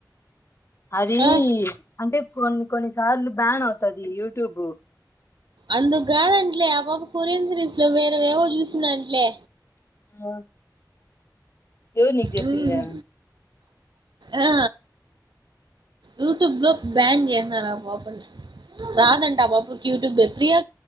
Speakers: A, on the left; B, on the right.
A: అది
B: ఆ
A: అంటే కొన్ని కొన్నిసార్లు బ్యాన్ అవుతది యూట్యూబు
B: అందుకు కాదంట్లే ఆ పాప కొరియన్ సిరీస్లు వేరేవేవో చూసిందంట్లే
A: ఆ ఎవరు నీకు చెప్పిందే
B: ఉమ్ ఆ యూట్యూబ్లో బ్యాన్ చేసినారు ఆ పాపని రాదంటా ఆ పాపకి యూటూబే ప్రియా